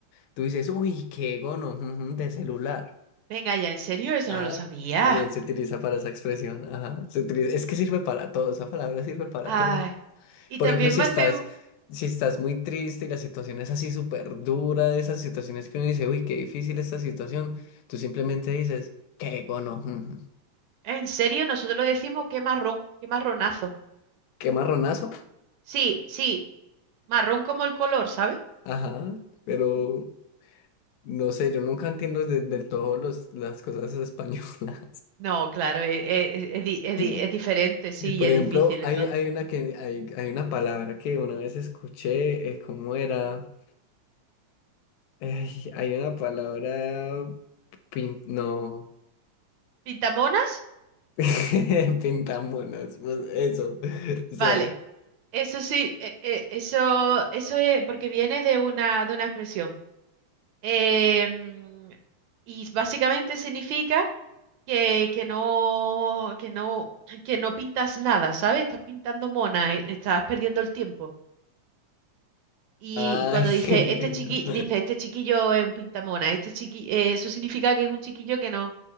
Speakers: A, on the left (about 80°); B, on the right (about 75°).
A: Tú dices, uy, qué gono ujú, de celular.
B: venga ya, ¿en serio? Eso
A: Ajá,
B: no lo sabía.
A: también se utiliza para esa expresión. Ajá, se utiliza- es que sirve para todo, esa palabra sirve para
B: Ay.
A: todo.
B: Y
A: Por
B: también
A: ejemplo, si
B: me
A: estás,
B: hace.
A: si estás muy triste y la situación es así súper dura, de esas situaciones que uno dice, uy, qué difícil esta situación, tú simplemente dices, qué gono, ujú,
B: En serio, nosotros decimos qué marrón, qué marronazo.
A: qué marronazo.
B: Sí, sí, marrón como el color, ¿sabes?
A: Ajá, pero
B: ¿Mm?
A: No sé, yo nunca entiendo de- del todo los, las cosas españolas.
B: No, claro, e- e- e- es, di-
A: <laughs>
B: es di- es diferente, sí,
A: Y, Por
B: y es
A: ejemplo,
B: difícil
A: hay,
B: entonces.
A: hay una que hay, hay una palabra que una vez escuché, eh, ¿cómo era? Ay, hay una palabra pin- no
B: ¿Pintamonas?
A: <laughs> pintamonas, pues, eso.
B: Vale,
A: O sea,
B: eso sí, e- e- eso, eso es porque viene de una, de una expresión. Em, y básicamente significa que, que no, que no, que no pintas nada, ¿sabes? Estás pintando mona, eh, estás perdiendo el tiempo. Y,
A: ay,
B: y cuando dice
A: <laughs>
B: este
A: entiendo.
B: chiqui, dice este chiquillo es un pintamona, este chiqui, eh, eso significa que es un chiquillo que no,